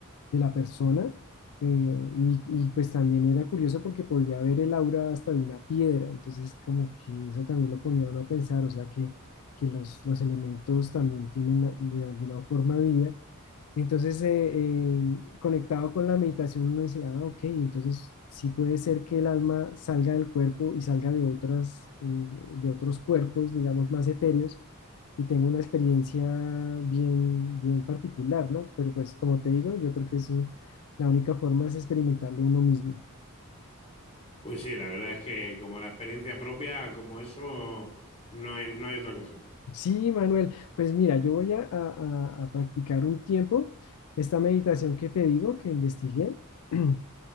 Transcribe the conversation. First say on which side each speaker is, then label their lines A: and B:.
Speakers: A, on the left; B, on the left.
A: de la persona eh, y, y, pues también era curioso porque podía ver el aura hasta de una piedra, entonces como que eso también lo ponía a uno a pensar, o sea que, que los, los elementos también tienen a- de alguna forma vida entonces, eh, eh, conectado con la meditación, uno dice, ah, ok, entonces sí puede ser que el alma salga del cuerpo y salga de otras, eh, de otros cuerpos, digamos, más etéreos, y tenga una experiencia bien, bien particular, ¿no? Pero pues, como te digo, yo creo que eso, la única forma es experimentarlo uno mismo.
B: Pues sí, la verdad es que como la experiencia propia, como eso, no hay, no hay otra cosa.
A: Sí, Manuel, pues mira, yo voy a, a a- a practicar un tiempo esta meditación que te digo, que investigué. <clears throat>